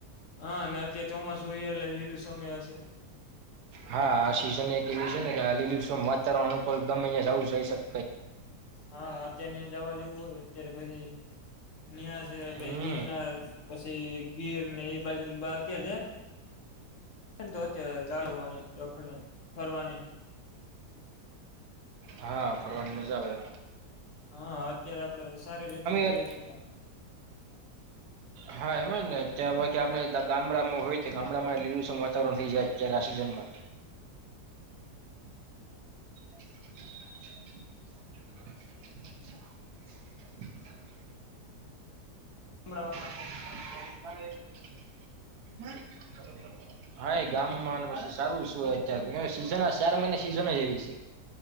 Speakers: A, on the left (about 50°); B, on the right (about 70°).
A: હા અને અત્યારે ચોમાસું હાલે લીલું છમ હશે.
B: હા આ સિઝન એક એવી છે ને કે આ લીલી વાતાવરણ અનુકૂળ ગમે <unintelligible> જાય શકે
A: હા અત્યાર જવા જેવું હોય અત્યારે પછી ન પ
B: હમ
A: ગીરના પછી ગીર ને એ બાજુ બા કે છે તો અત્યારે રખડવા ફરવાની
B: હા ફરવાની મજા આવે.
A: હા અત્યારે આપડે સારી રીતના
B: આમે
A: જોઈ શકે
B: હા એમજ ને ક્યાં કે આપણે ગામડામાં હોય ગામડામાં લીલું છમ વાતાવરણ થઈ જાય અત્યારે આ સિઝનમાં <inaudible>
A: <inaudible>
B: <inaudible> હા એ ગામમાં પછી સારું શુંય અત્યારે સીઝન ચાર મહિના સિઝન જ એવી છે.